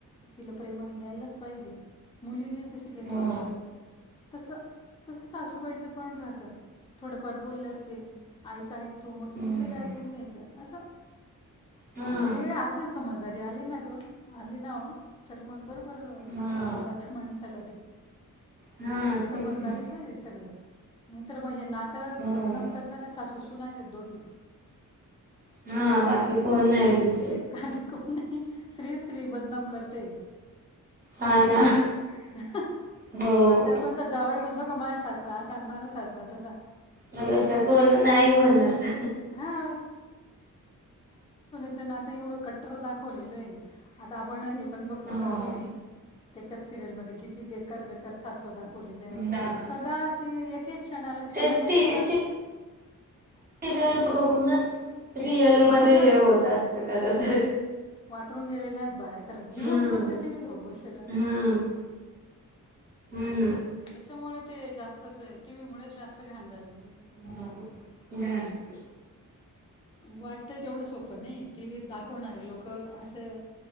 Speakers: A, on the left (about 15°); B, on the right (about 25°).
A: तिला प्रेमाने घ्यायलाच पाहिजे, मुली कशी घेतो
B: हो.
A: आपण जवळ तसं तसं सासूबाईचं पण राहतं थोडंफार बोललं, असेल आईचं ऐक तो मग
B: हम्म
A: तिचही, ऐकून घ्यायचं असं
B: हा
A: ते असं समजदारी, आली ना ग आली नाव. तर मग बरोबर
B: हा
A: जात माणसाला.
B: हा
A: त समजदारीच
B: तेच ना.
A: आहे आहे सगळं नाहीतर मग हे नातं,
B: हो
A: बदनाम करणाऱ्या सासूसूनाेत दोघी
B: हा. बाकी कोण नाही तुस
A: काही कोण नाही, श्री श्री बदनाम करते.
B: हा
A: हे क
B: ना
A: नाही
B: हो.
A: आता कोणता जावई, म्हणतो का माझ्या सासरा सन्मान साजराात असा <inaudible>
B: म तस कोण नाही म्हणत
A: हा नात एवढं कट्टर, दाखवलेलं आहे. आता आपण हे पण, बघतो
B: हो
A: ना टी. व्ही त्याच्यात सिरियलमध्येध्ये किती, बेकार-बेकार सासवा दाखवलेले आहेत.
B: दाखव.
A: सदा ते एक- क्षणाला क्षणाला
B: तेच टीव्ही
A: तिच्या
B: सी सिरियल बघूनच रिअल
A: बघूनच
B: मध्ये, हे होत असत खर तर
A: वाातरून गेले आहेत बाया खरच दिवसभर
B: हम्म
A: त्या टीव व्च बसलेले हो.
B: हम्म हा ना.
A: त्याच्यामुळे ते जास्तच टी. व्ही मुळे जास्त घाण झाले.
B: हा जास्त.
A: वाटत तेवढं सोपं नाही टीव्हीत दाखवणारे लोक असं